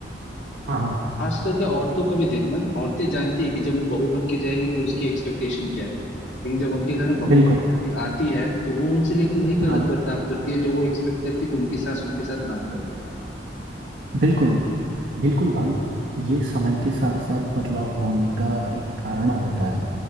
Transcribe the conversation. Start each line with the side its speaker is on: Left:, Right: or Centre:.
Right: हाँ हाँ
Left: खास करके औरतों का भी देखना औरतें जानती है कि जब वो बहू बन के जाएंगी तो उसकी एक्सपेक्टेशन क्या है लेकिन जब उनके घर में बहू
Right: बिल्कुल
Left: बन कोई आती है तो वो उनसे लेकिन वही गलत
Right: हाँ
Left: बर्ताव करती है जो वो एक्सपेक्ट करती है कि उनकी सास उनके साथ ना करे
Right: बिल्कुल बिल्कुल भाई ये समय के साथ साथ बदलाव होने का एक कारण होता है